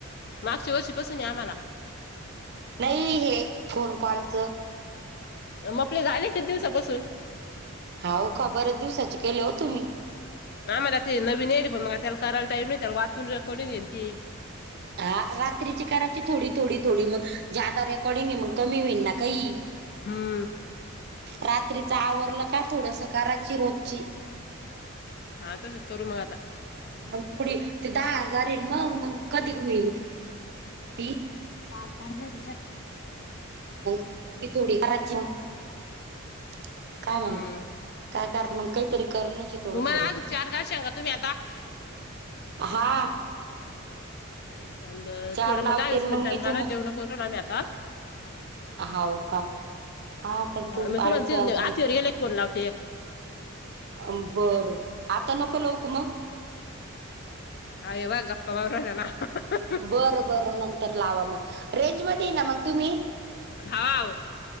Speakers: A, on the left; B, on the right.
A: मागच्या वर्षीपासून आहे आम्हाला-
B: नाही हे फोन कॉलचं-
A: आपले झाले किती दिवसापासून
B: हाव का बर्याच दिवसाचे केले हो तुम्ही?
A: आ मला ते नवीन येईल पण मग त्याला करायला टाईम नाही त्याला वाचून कोणी घेन ती
B: हा रात्रीची करायची थोडी थोडी थोडी मग ज्यादा रेकॉर्डिंग आहे मग कमी होईन ना काही
A: हम्म
B: रात्रीच आवरलं का थोडसं करायची रोजची -
A: हा तसच करू मग आता -
B: मग पुढे ते दहा हजार येईल मग मग कधी होईल -
A: पा फार नाही त्याच्यात-
B: हा ती थोडी करायची मग - काय म्हण
A: हम्म
B: काय करत मग काहीतरी करण्याची थोडं
A: मग
B: थोडं
A: मला अजून
B: -
A: चार गा शेंगा तुम्ही आता -
B: हा
A: आणि बरं
B: चार
A: थोडं
B: लावते
A: मग दहा वीस मिनिटांनि
B: मी
A: घाल
B: तुम
A: जेवन करू आमी आता-
B: हाव का? हा पण तू
A: मी तुम्हाला
B: अडीच
A: ती
B: वाजले.
A: आतीवर गेले फोन लावते एक -
B: अ बरं आता नको लाऊ का मग-
A: आय मग गप्पा मारुया ना आता
B: बरं बरं नंतर लावा मग रेंजमध्ये आहे ना मग तुम्ही-
A: हाव हाव -